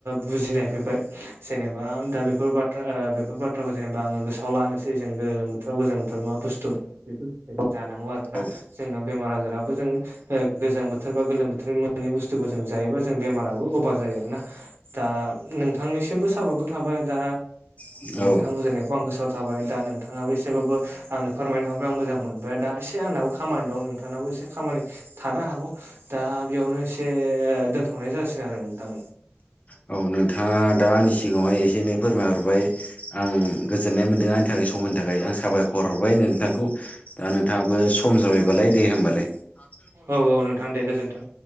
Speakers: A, on the right; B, on the left.
A: बुजिनाय फैबाय जेनबा दा बेफोर बाथ्रा ओ बेफोर बाथ्राखौ जेनेबा आङो गोसोआव लानोसै जों गोलोम बोथोराव गोजां बोथोराव मा बुस्थु बेफोरखौ जानांगौ आरो ना।
B: औ
A: जोंना बेमार आजाराबो जों गोजां बोथोर बा गोलोम बोथोर मोनै बुस्थुखौ जों जायोबा जों बेमाराबो अभार जायो आरोना दा नोंथांनिसिमबो सााबायगर थाबाय दा
B: औ औ
A: ओ नोंथां बुजायनायखौ आं गोसोआव थाबाय दा नोंथाङाबो एसेबाबो आंनो फोरमायना हरबाय आं मोजांं मोनबाय दा एसे आंनाबो खामानि दं नोंथांनाबो एसे खामानि थानो हागौ दा बेयावनो एसे दोनथ'नाय जासिगोन आरो नोंथां
B: औ नोंथाङा दा आंनि सिगाङावहाय एसे एनै फोरमायहरबाय आं गोजोननाय मोन दों आंनि थाखाय सम होनायनि थाखाय आं साबायखर हरबाय नोंथांखौ दा नोंथाङाबो सम जाबायबालाय दे होमबालाय <inaudible>
A: औ औ नोंथां दे गोजोन्थों।